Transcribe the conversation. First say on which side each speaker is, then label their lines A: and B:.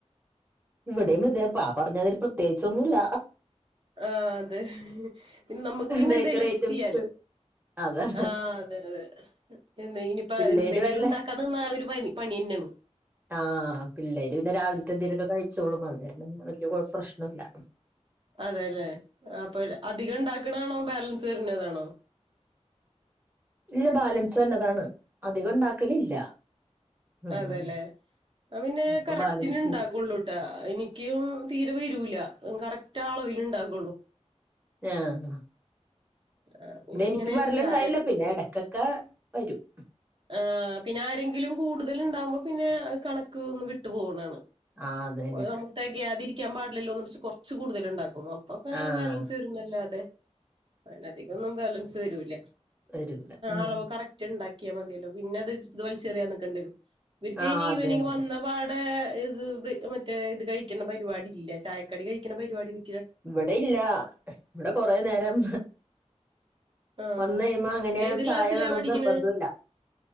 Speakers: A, on the right; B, on the right.
A: ഇവിടെയും ഇതേ പാ പറഞ്ഞാതിരി പ്രത്യേകിച്ചൊന്നൂല്ല
B: ആഹ് അതേ പിന്നെ നമ്മുക്ക് പിന്നെ
A: ബേക്കറി
B: എന്തേലും അഡ്ജസ്റ്റ്
A: ഐറ്റംസ്
B: ചെയ്യാലോ
A: അതാ
B: ആഹ് അതെ അതെ ഇനിപ്പ
A: പിള്ളേര്
B: എന്തെങ്കിലും
A: വല്ല
B: ഉണ്ടാക്കാൻ നിന്ന ഒരു പരി പണിയന്നെ നം
A: ആഹ് പിള്ളേര് പിന്നെ രാവിലത്തെ എന്തേലൊക്കെ കഴിച്ചോളും അതിന് വലിയ പ്രശ്നോല്ല
B: അതെല്ലേ അപ്പൊ അധികം ഉണ്ടാക്കണാണോ ബാലൻസ് വരുന്നതാണോ
A: ഇല്ല ബാലൻസ് വന്നതാണ് അധികം ഉണ്ടാക്കലില്ല ഉം
B: അതേല്ലേ
A: ഉം
B: ആഹ് പിന്നെ
A: ചെലപ്പോ
B: കറക്റ്റിന്
A: ബാലൻസ്
B: ഉണ്ടാക്കുള്ളൂട്ടാ
A: വരും
B: എനിക്കും തീരെ വരൂല കറക്റ്റ് ആളവിലുണ്ടാക്കുള്ളൂ
A: ആഹ്
B: ആ, പിന്നെ
A: ഇവിടെ എനിക്കും
B: എങ്ങനെയായാലും
A: വരലുണ്ടായില്ല
B: ചായ
A: പിന്നെ ഇടക്കൊക്കെ വരും
B: ആഹ് പിന്നെ ആരെങ്കിലും കൂടുതൽ ഉണ്ടാകുമ്പോ പിന്നെ കണക്ക് ഒന്ന് വിട്ടു പോകുന്നാണ്
A: ആഹ് അത് തന്നെ
B: ഓ നമുക്ക് തകയാതിരി ക്കാൻ പാടില്ലല്ലോ എന്ന് വെച്ച് കൊറച്ച് കൂടുതൽ ഉണ്ടാക്കുംഅപ്പൊ അങ്ങനെ
A: ആഹ്
B: ബാലൻസ് വരുന്നു അല്ലാതെ അതിനധികം ഒന്നും ബാലൻസ് വരൂല്ല
A: വരൂല ഉം
B: അളവ് കറക്റ്റ് ഉണ്ടാക്കിയാൽ മതിയല്ലോ പിന്നെ അത് ഇത് വലിചെറിയാന്നിക്കണ്ടിവരും ഇവർക്ക്
A: ആഹ്
B: ഇനി
A: അത്
B: ഈവനിങ്
A: തന്നെ
B: വന്ന പാടെ ഇത് മറ്റേ ഇത് കഴിക്കുന്ന പരിപാടില്ല ചായക്കടി കഴിക്കുന്ന പരിപാടില്ല
A: ഇവിടെ ഇല്ല ഇവിടെ കൊറേ നേരം
B: ആഹ്
A: വന്ന് കഴിയുമ്പോ അങ്ങനെ
B: ഏത്
A: ചായ
B: ക്ലാസ്സിലാ
A: വേനൊന്നു
B: പഠിക്കണെ
A: നിർബന്ധം ഇല്ല